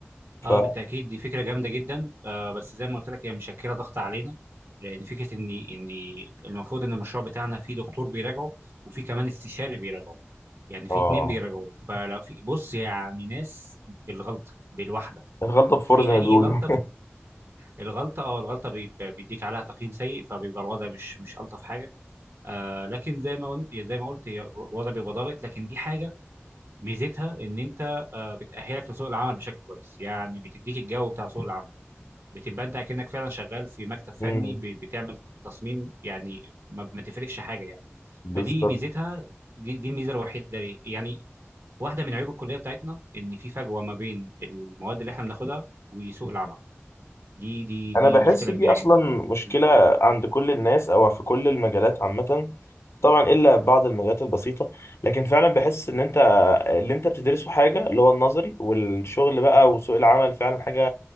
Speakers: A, on the left; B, on the right.
A: ف
B: اه بالتاكيد دي فكره جامده جدا آه بس زي ما قلت لك هي مشكله ضغط علينا لان فكره ان ان المفروض ان المشروع بتاعنا فيه دكتور بيراجعه وفي كمان استشاري بيراجعه يعني
A: اه
B: في اتنين بيراجعوا فلو في بص يعني ناس بالغلطه بالواحده
A: الغلطة بفور
B: في
A: زي ما
B: اي
A: بيقولوا
B: غلطه
A: <laughs>
B: الغلطة اه الغلطة بي- بيديك عليها تقييم سيء فبيبقى الوضع مش مش ألطف حاجة آه لكن زي ما قلت زي ما قلت هي الوضع بيبقى ضاغط لكن دي حاجة ميزتها إن أنت آه بتأهلك لسوق العمل بشكل كويس يعني بتديك الجو بتاع سوق العمل بتبقى أنت أكنك فعلا شغال في مكتب فني
A: مم.
B: ب- بتعمل تصميم يعني ما, ما تفرقش حاجة يعني
A: بالظبط
B: فدي ميزتها دي دي الميزة الوحيدة ليه. يعني واحدة من عيوب الكلية بتاعتنا إن في فجوة ما بين المواد اللي إحنا بناخدها وسوق العمل دي دي دي
A: انا بحس
B: مشكلة
A: دي
B: كبيرة
A: اصلا
B: جدا
A: مشكله
B: مم.
A: عند كل الناس او في كل المجالات عامه طبعا الا بعض المجالات البسيطه لكن فعلا بحس ان انت اللي انت بتدرسه حاجه اللي هو النظري والشغل بقى وسوق العمل فعلا حاجه